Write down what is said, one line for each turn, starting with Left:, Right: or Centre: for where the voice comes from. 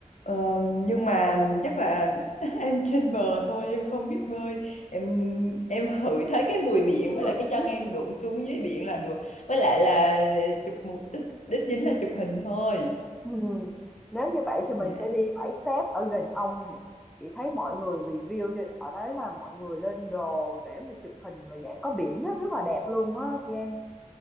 Left: Ờ, nhưng mà chắc là <laughs> em trên bờ thôi em không biết bơi em em hửi thấy cái mùi biển
Centre: ừ.
Left: với lại cái chân em đụng xuống dưới biển là được với lại là chụp mục đích đích chính là chụp hình thôi
Centre: Ừm, Nếu như vậy thì mình
Left: dạ
Centre: sẽ đi bãi xép ở gần ông này. Chị thấy mọi người review trên- ở đấy là mọi người lên đồ để mà chụp hình và dạng có biển á, rất là đẹp luôn á Giang.